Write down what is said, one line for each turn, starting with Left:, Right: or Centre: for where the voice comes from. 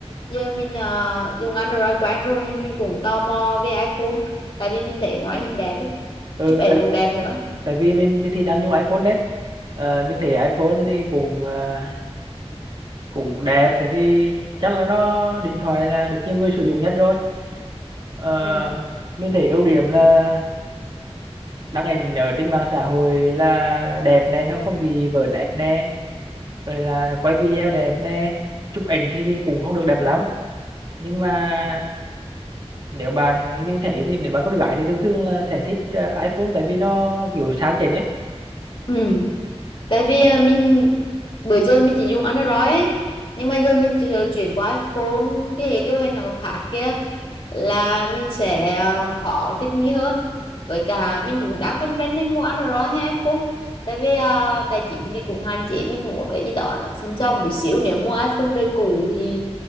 Left: giờ mình à, dùng Android quen rồi nhưng mình cũng tò mò về iPhone tại vì mình thấy ngoại hình đẹp ấy.
Right: ừ
Left: Chụp ảnh
Right: tại
Left: cũng đẹp nữa
Right: tại vì mình mình thì đang dùng iPhone đấy Ờ, mình thấy iPhone thì cũng ờ, cũng đẹp tại vì chắc là nó điện thoại là được nhiều người sử dụng nhất rồi Ờ,
Left: ừ
Right: mình thấy ưu điểm là đăng ảnh ở trên mạng xã hội là đẹp này nó không bị vỡ nét nè rồi là quay video đẹp nè chụp ảnh thì, thì cũng không được đẹp lắm nhưng mà nếu bạn mình thấy thì nếu bạn con gái thì thường thường là sẽ thích ờ, iPhone tại vì nó kiểu sáng chảnh ấy
Left: ừ tại vì à, mình bữa giờ mình chỉ dùng Android ấy nhưng mà giờ mình chờ- chuyển qua iPhone cái hệ điều hành nào khác kia là mình sẽ à, khó thích nghi hơn với cả mình cũng đang phân vân nên mua Android hay iPhone tại vì à, tài chính thì cũng hạn chế mình muốn cái gì đó nó xinh xông tí xíu nếu mua iPhone đời cũ thì